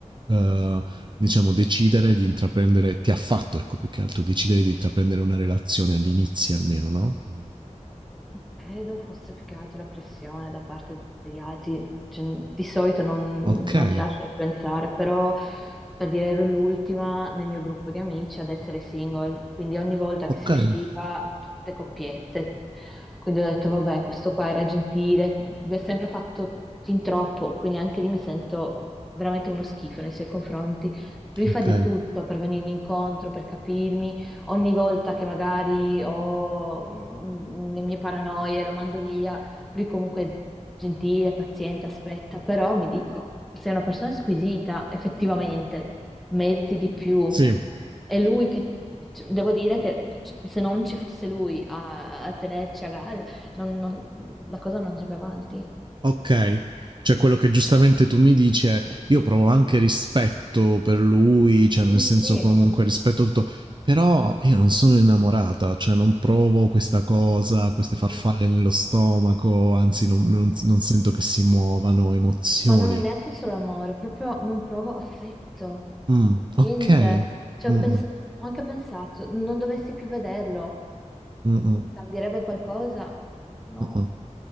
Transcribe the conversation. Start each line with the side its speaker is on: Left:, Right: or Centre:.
Right: ehm, diciamo decidere di intraprendere ti ha fatto, ecco, più che altro decidere di intraprendere una relazione all'inizio almeno, no, mh.
Centre: Credo fosse più che altro la pressione da parte degli altri, Cioè, di solito non,
Right: Okay,
Centre: non mi lascio influenzare, però per dire ero l'ultima nel mio gruppo di amici ad essere single, quindi ogni volta
Right: okay.
Centre: che si usciva tutte coppiette, quindi ho detto vabbè questo qua era gentile, mi ha sempre fatto fin troppo, quindi anche lì mi sento veramente uno schifo nei suoi confronti. Lui
Right: Ok,
Centre: fa di tutto per venirmi incontro, per capirmi ogni volta che magari ho mm, le mie paranoie, lo mando via, lui comunque è gentile, paziente, aspetta, però mi dico, sei una persona squisita, effettivamente, meriti di più.
Right: sì,
Centre: È lui che, c- devo dire che c- se non ci fosse lui a, a tenerci a galla, non- non- la cosa non andrebbe avanti.
Right: ok. Cioè quello che giustamente tu mi dici è io provo anche rispetto per lui, cioè nel
Centre: Sì,
Right: senso
Centre: sì.
Right: comunque rispetto tutto, però io non sono innamorata, cioè non provo questa
Centre: Mm,
Right: cosa, queste farfalle
Centre: mm.
Right: nello stomaco, anzi non, non- non sento che si muovano emozioni.
Centre: Ma non è neanche solo amore, proprio non provo affetto,
Right: Mm, ok.
Centre: niente. Cioè,
Right: Mm,
Centre: ho pens-
Right: mm,
Centre: ho anche pensato, non dovessi più vederlo,
Right: mm, mm,
Centre: mm, cambierebbe qualcosa? No,
Right: mm, mm.